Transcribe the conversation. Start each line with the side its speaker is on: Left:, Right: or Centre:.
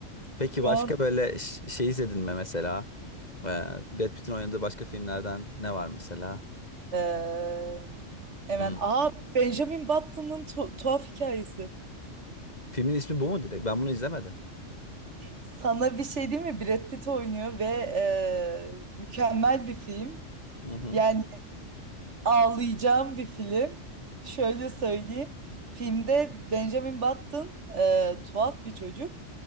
Left: Peki
Right: şu
Left: başka
Right: an
Left: böyle ş- şey izledin mi mesela? E, Brad Pitt'in oynadığı başka filmlerden ne var mesela?
Right: Ee, hemen.
Left: Hmm.
Right: Aa Benjamin Button'ın tu- tuhaf hikayesi.
Left: Filmin ismi bu mu direkt? Ben bunu izlemedim.
Right: Sana bir şey değil mi? Brad Pitt oynuyor ve e, mükemmel bir film.
Left: Hı hı.
Right: Yani ağlayacağım bir film. Şöyle söyleyeyim. Filmde Benjamin Button e, tuhaf bir çocuk.